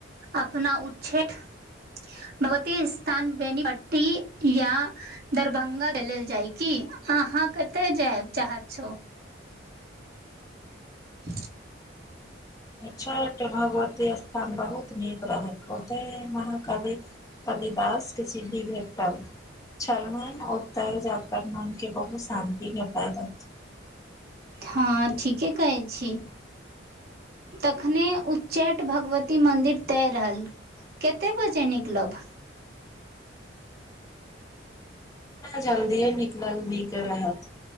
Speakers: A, on the right (about 50°); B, on the left (about 20°).
A: अपना उच्छेद। भगबती स्थान बेनी पट्टी या। दरभंगा लेल जाय की आहाँ कतऽ जेएब चाहत छौ? <unintelligible>
B: छठ भगवती स्थान बहुत नीक रहै ओतेै महाकवि। कालिदास के सिद्धि भेटल छेलहुँ <unintelligible> ते जाकर मनके बहुत शान्ति भेटल देत।
A: हँ ठीके कहै छी। तखने उच्चैठ भगवती मन्दिर तय रहल। कते बजे निकलब?
B: जल्दीए निकलल नीक रहत